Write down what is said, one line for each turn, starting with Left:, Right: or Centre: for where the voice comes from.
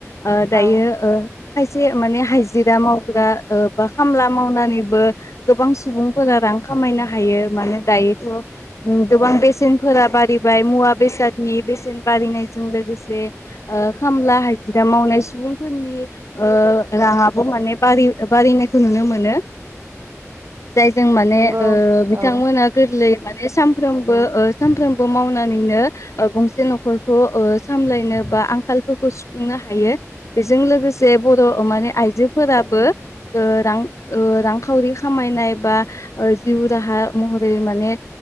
Left: आ दायो
Right: औ
Left: खायसे माने हाइजिरा मावग्रा बा खामला मावनानैबो गोबां सुबुंफोरा रां खामायनो हायो माने दायोथ' गोबां बेसेनफोरा बारिबाय मुवा बेसादनि बेसेन बारिनायजों लोगोसे खामला हाजिरा मावनाय सुबुंफोरनि राङाबो माने बारनाय नुनो मोनो जायजों माने
Right: नंगौ
Left: बिथांमोना
Right: औ
Left: गोरलै माने सानफ्रोमबो सानफ्रोमबो मावनानैनो गंसे न'खरखौ सामलायनो बा आंखालफोरखौ सुफुंनो हायो बेजों लोगोसे बर' माने आइजोफोराबो रां रांखावरि खामायनाय बा जिउ राहा महरै माने